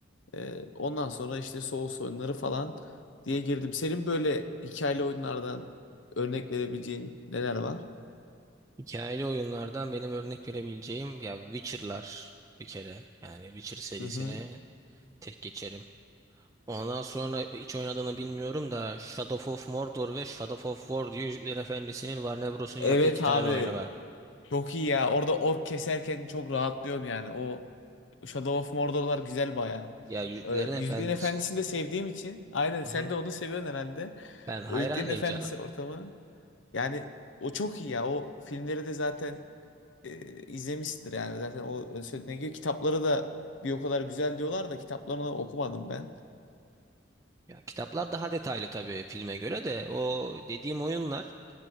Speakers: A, on the left (about 80°); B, on the right (about 15°).
A: Ee, ondan sonra işte Souls oyunları falan diye girdim. Senin böyle hikayeli oyunlardan örnek verebileceğin neler var?
B: Hikayeli oyunlardan benim örnek verebileceğim ya Witcher'lar bir kere. Yani Witcher serisini
A: Hı hı.
B: tek geçerim. Ondan sonra hiç oynadığını bilmiyorum da Shadow of Mordor ve Shadow of War diye Yüzüklerin Efendisi'nin Warner Bros'un
A: Evet
B: yaptığı iki
A: abi.
B: tane oyunu var.
A: Çok iyi ya. Orada ork keserken çok rahatlıyorum yani. O Shadow of Mordor'lar güzel bayağı.
B: Ya Yüzüklerin
A: Ee,
B: Efendisi.
A: Yüzüklerin Efendisi'ni de sevdiğim için. Aynen
B: Hı
A: sen
B: hı.
A: de onu seviyorsun herhalde.
B: Ben
A: O
B: hayranıyım
A: Yüzüklerin Efendisi
B: canım.
A: ortamı. Yani o çok iyi ya. O filmleri de zaten e, izlemişsindir yani. Zaten o ön sözüne giriyor. Kitapları da bir o kadar güzel diyorlar da kitaplarını okumadım ben.
B: Ya kitaplar daha detaylı tabii filme göre de o dediğim oyunlar